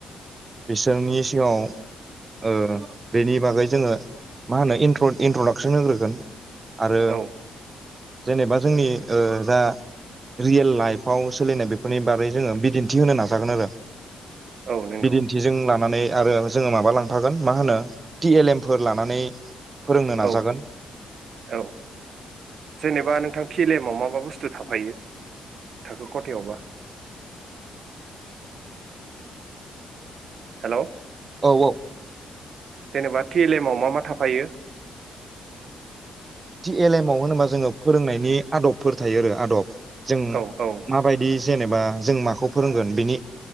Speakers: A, on the right; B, on the right.
A: बिसोरनि सिगाङाव ओ बेनि बागै जोङो मा होनो इन्ट्र इन्ट्रडाक्सन होग्रोगोन आरो
B: औ
A: जेनेबा जोंनि ओ जा रियेल लाइफआव सोलिनाय बेफोरनि बारै जोङो बिदिन्थि होनो नाजागोन आरो
B: औ नंगौ
A: बिदिन्थिजों लानानै आरो जोङो माबा लांफागोन मा होनो टि एल एम फोर लानानै फोरोंनो नाजागोन
B: औ औ जेनेबा नोंथां टि एल एमआव बे बुस्थु थाफायो थाखो खथायावबा हेल'
A: औ औ
B: जेनेबा टि एल एमाव मा मा थाफायो?
A: टि एल एमाव होनोबा जोङो फोरोंनायनि आदबफोर थायो आरो आदब जों
B: औ औ
A: माबायदि जेनेबा जों माखौ फोरोंगोन बिनि